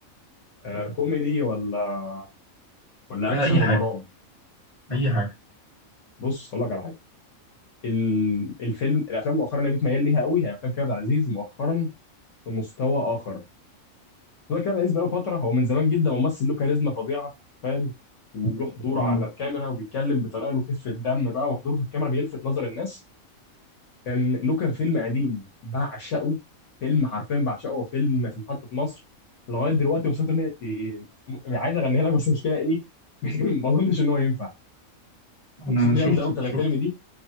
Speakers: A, on the left; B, on the left.
A: آه كوميدي ولا ولا
B: آه،
A: اكشن
B: اي
A: ولا
B: حاجه
A: رعب
B: اي حاجه
A: بص هقول لك على حاجه ال- الفيلم الافلام مؤخرا اللي بتميل ليها قوي هي افلام كريم عبد العزيز مؤخرا في مستوى اخر مستوى كريم عبد العزيز بقاله فتره هو من زمان جدا ممثل له كاريزما فظيعه فاهم وله حضور
B: مم.
A: على الكاميرا وبيتكلم بطريقه له خفه دم بقى وحضوره في الكاميرا بيلفت نظر الناس كان له كان فيلم قديم بعشقه فيلم حرفيا بعشقه فيلم في محطه مصر لغايه دلوقتي مبسوط ان هي ت- عايز اغنيها لك بس المشكله ايه <laughs> ما اظنش ان هو ينفع موسيقى
B: أنا
A: جامده
B: شفته
A: قوي بتاعت
B: شفته
A: الفيلم دي